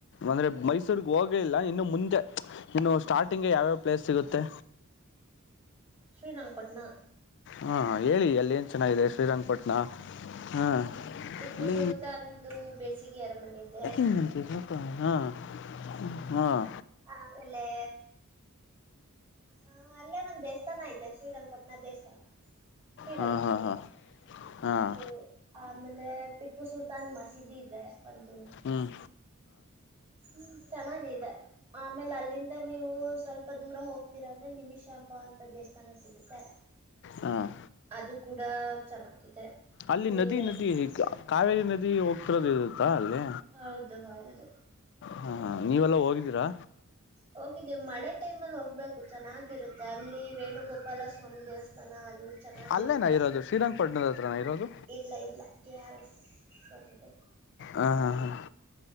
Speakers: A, on the left; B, on the right.
A: ಅಂದ್ರೆ ಮೈಸೂರ್ಗ್ ಹೋಗ ಇಲ್ಲ ಇನ್ನು ಮುಂಂದೆ ಇನ್ನು ಸ್ಟಾರ್ಟಿಂಗ್ಗೆ ಯಾವ್ಯಾವ ಪ್ಲೇಸ್ ಸಿಗುತ್ತೆ.
B: ಶ್ರೀರಂಗಪಟ್ನಾ
A: ಹಾ ಹೇಳಿ ಎಲ್ಲಿ ಏನ ಚೆನ್ನಾಗಿದೆ ಶ್ರೀರಂಗಪಟ್ಟಣ ಹಾ
B: ಟಿಪ್ಪು
A: ಹ
B: ಸುಲ್ತಾನ್ದು ಬೇಸಿಗೆ ಅರಮನೆ ಇದೆ
A: <unintelligible> ಹಾಂ ಹಾಂ
B: ಆಮೇಲೆ ಹ ಅಲ್ಲೇ ಒಂದ್ ದೇವಸ್ಥಾನ ಇದೆ ಶ್ರೀರಂಗಪಟ್ಟಣ ದೇವಸ್ಥಾನ ಶೀ
A: ಹಾಂ
B: ರಂಗುಂಧು
A: ಹಾಂ ಹಾಂ ಹಾಂ
B: ಅದು ಆಮೇಲೆ ಟಿಪ್ಪು ಸುಲ್ತಾನ್ ಮಸೀದಿ ಇದೆ ಒಂದು
A: ಹ್ಮ್
B: ಹ್ಮ್ ಚೆನ್ನಾಗಿದೆ ಆಮೇಲೆ ಅಲ್ಲಿಂದ ನೀವು ಸ್ವಲ್ಪ ದೂರ ಹೋಗ್ತೀರ ಅಂದ್ರೆ ನಿಮಿಷಾಂಬ ಅಂತ ದೇವಸ್ಥಾನ ಸಿಗುತ್ತೆ
A: ಹಾಂ
B: ಅದು ಕೂಡ ಚೆನ್ನಾಗಿದೆ
A: ಅಲ್ಲಿ
B: ನೀರಿರುತ್ತೆ
A: ನದಿ ನದಿ ಕ ಕಾವೇರಿ ನದಿ ಹೋಗ್ತಿರೋದ ಇರುತ್ತಾ ಅಲ್ಲಿ
B: ಹೌದು ಹೌದು
A: ಹಾ ಹಾ ನೀವೆಲ್ಲಾ ಹೋಗಿದ್ದೀರಾ
B: ಹೋಗಿದ್ದೀವಿ ಮಳೆ ಟೈಮಲ್ಲಿ ಹೋಗ್ಬೇಕು ಚೆನ್ನಾಗಿರುತ್ತೆ ಅಲ್ಲಿ ವೇಣುಗೋಪಾಲ ಸ್ವಾಮಿ ದೇವಸ್ಥಾನ ಅಲ್ಲಿ ಚೆನ್ನಾಗಿರುತ್ತೆ
A: ಅಲ್ಲೇನಾ ಇರೋದು ಶ್ರೀರಂಗಪಟ್ಟಣದ ಹತ್ರನಾ ಇರೋದು
B: ಇಲ್ಲ ಇಲ್ಲ ಕೆ ಆರ್ ಎಸ್ ಸರಿಬೈ
A: ಹಾ ಹಾ